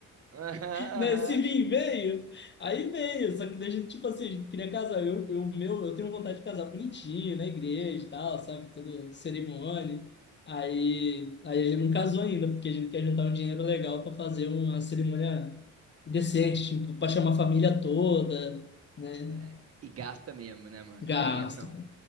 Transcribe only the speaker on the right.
Aham,
aham.
É, e gasta mesmo, né, mano?
Tem erro não.